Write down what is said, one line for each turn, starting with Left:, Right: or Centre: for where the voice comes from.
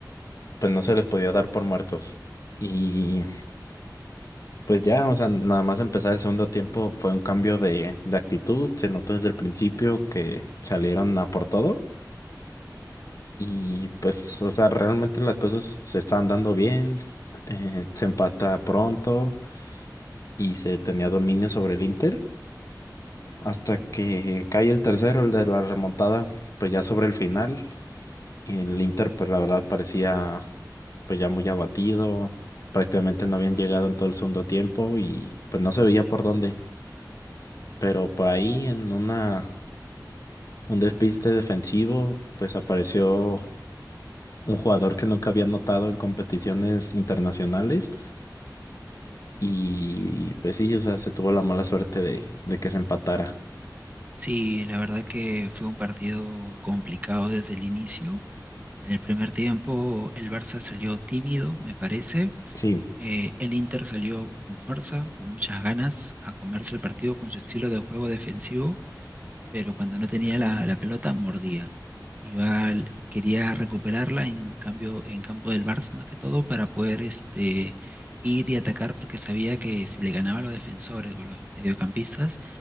Left: pues no se les podía dar por muertos. Y pues ya, o sea, nada más empezar el segundo tiempo fue un cambio de, de actitud, se notó desde el principio que salieron a por todo y pues, o sea, realmente las cosas se están dando bien, eh, se empata pronto y se tenía dominio sobre el Inter. Hasta que cae el tercero, el de la remontada, pues ya sobre el final. Y el Inter, pues la verdad parecía pues ya muy abatido. Prácticamente no habían llegado en todo el segundo tiempo y pues no se veía por dónde. Pero por ahí en una un despiste defensivo, pues apareció un jugador que nunca había notado en competiciones internacionales. Y pues sí, o sea, se tuvo la mala suerte de, de que se empatara.
Right: Sí, la verdad que fue un partido complicado desde el inicio. En el primer tiempo el Barça salió tímido, me parece.
Left: Sí,
Right: Eh, el Inter salió con fuerza, con muchas ganas, a comerse el partido con su estilo de juego defensivo pero cuando no tenía la, la pelota, mordía. Iba al- quería recuperarla en cambio en campo del Barça más que todo para poder este, ir y atacar porque sabía que si le ganaba a los defensores o a los mediocampistas,